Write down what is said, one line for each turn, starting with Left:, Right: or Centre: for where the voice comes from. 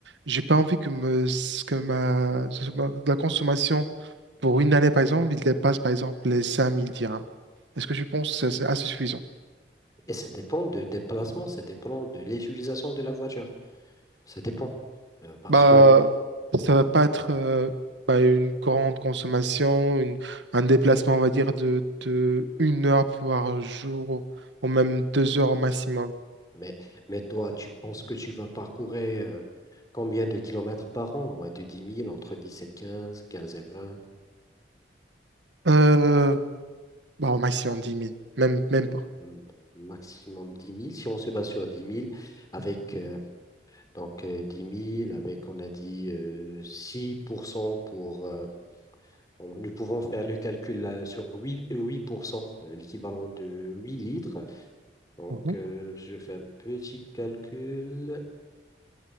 Right: j'ai pas envie que me que ma la consommation pour une année par exemple, il dépasse par exemple les 5000 dirhams. Est-ce que tu penses que c'est assez suffisant?
Left: Et ça dépend de déplacement, ça dépend de l'utilisation de la voiture. Ça dépend. Euh, parce
Right: Bah,
Left: que hmm,
Right: ça va pas être euh, bah, une grande consommation, une- un déplacement, on va dire, de, de une heure par jour, ou même deux heures au maximum.
Left: Mais, mais toi, tu penses que tu vas parcourir euh, combien de kilomètres par an? Moins de dix mille entre 10 et quinze quinze et vingt
Right: Euh, bah, au maximum dix 000, même, même pas.
Left: hmm, maximum dix mille Si on se base sur dix mille avec euh, donc, euh, 10 000, avec, on a dit, euh, 6% pour... cent pour. euh, on- nous pouvons faire le calcul là, sur 8 euh, 8%, euh, l'équivalent de 8 litres. Donc,
Right: Mhm.
Left: euh, je fais un petit calcul.